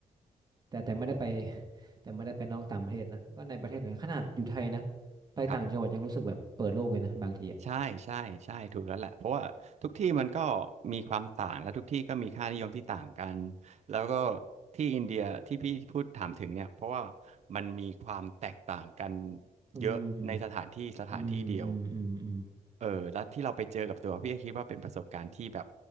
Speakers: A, on the right; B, on the right.
A: แต่แต่ไม่ได้ไป <laughs> แต่ไม่ได้ไปนอกต่างประเทศนะก็ในประเทศเนี่ยขนาดอยู่ไทยนะไปต่างจังหวัดยังรู้สึกแบบเปิดโลกเลยนะบางทีอ่ะ
B: ครับ ใช่ใช่ใช่ถูกแล้วแหละเพราะว่าทุกที่มันก็มีความต่างและทุกที่ก็มีค่านิยมที่ต่างกันแล้วก็ที่อินเดียที่พี่พูดถามถึงเนี่ยเพราะว่ามันมีความแตกต่างกัน
A: อืม
B: เยอะในสถานที่สถานที่เดียว
A: อืมอืมอืมอืม
B: เออแล้วที่เราไปเจอกับตัวพี่ก็คิดว่าเป็นประสบการณ์ที่แบบ